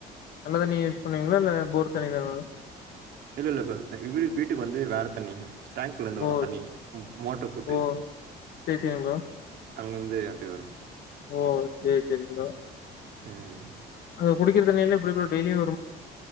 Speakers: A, on the left (about 65°); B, on the right (about 70°).
A: நல்ல தண்ணி யூஸ் பண்ணுவீங்களா இல்ல போர் தண்ணி தானா
B: இல்ல இல்ல வீ வீட்டுக்கு வந்து வேற தண்ணி டேங்க்ல இருந்து வரும்
A: ஓ
B: தண்ணி மோட்ரு போட்டு
A: ஓ சேரி சேரிங் ப்ரோ
B: அங்க இருந்தே அப்டி வரும்
A: ஓ சேர் சேரிங் ப்ரோ
B: ம்.
A: அது குடிக்கிற தண்ணிலா எப்டி ப்ரோ டெய்லியும்